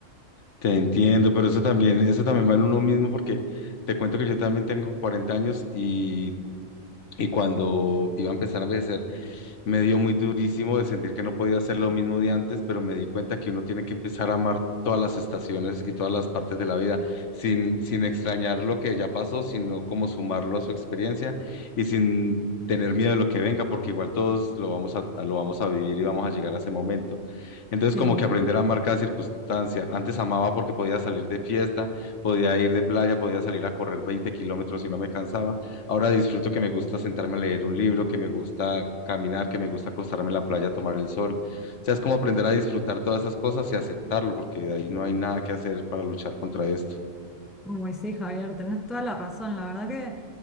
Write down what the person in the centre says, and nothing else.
Sí.
Uy, sí, Javier, tenés toda la razón. La verdad que